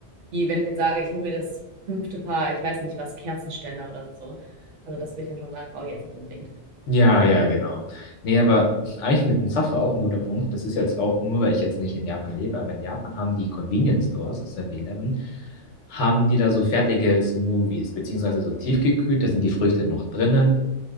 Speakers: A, on the right (about 75°); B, on the left (about 75°).
A: wie wenn ich jetzt sage, ich hole mir das fünfte Paar, ich weiß nicht was, Kerzenständer oder so. Also das würde ich dann schon sagen, oh, jetzt nicht unbedingt.
B: Ja, ja, genau. Nee, aber eigentlich mit dem Zaffer auch ein guter Punkt. Das ist jetzt auch nur, weil ich jetzt nicht in Japan lebe, aber in Japan haben die Convenience Stores, also 7-Eleven, haben die da so fertige Smoothies, beziehungsweise so tiefgekühlt, da sind die Früchte noch drinnen